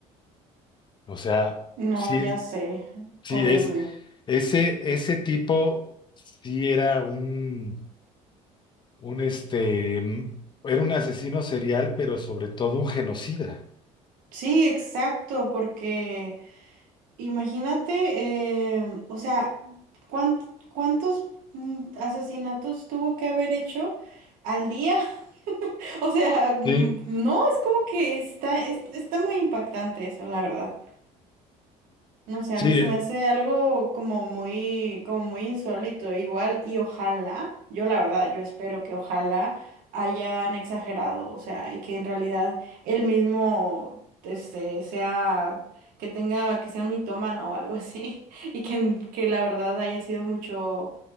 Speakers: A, on the left (about 30°); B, on the right (about 75°).
A: O sea,
B: No,
A: sí,
B: ya
A: es-
B: sé,
A: sí
B: horrible.
A: es, ese, ese tipo sí era un, un este, mm, era un asesino serial, pero sobre todo un genocida.
B: Sí, exacto, porque Imagínate, em, o sea, cuán- ¿cuántos mm, asesinatos tuvo que haber hecho al día? <laughs> O sea, mm,
A: Sí,
B: no, es como que está, es- está muy impactante eso, la verdad. No sé,
A: sí,
B: a mí se
A: eh,
B: me hace algo como muy, como muy insólito, igual, y ojalá, yo la verdad, yo espero que ojalá hayan exagerado, o sea, y que en realidad él mismo, este, sea, que tenga, que sea un mitómano o algo así, <laughs> y que, en- que la verdad haya sido mucho,